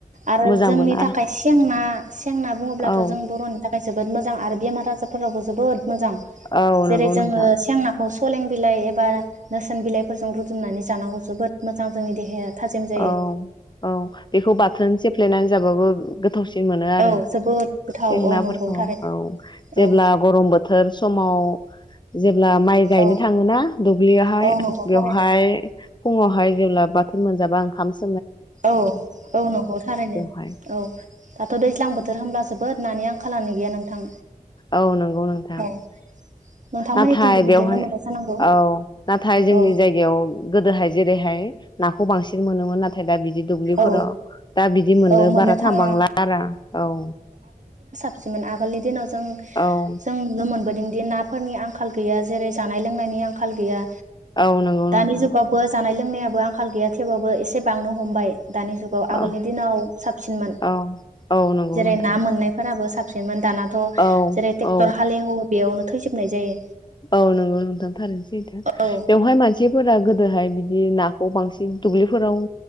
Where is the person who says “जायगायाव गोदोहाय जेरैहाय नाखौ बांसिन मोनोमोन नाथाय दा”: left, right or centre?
Left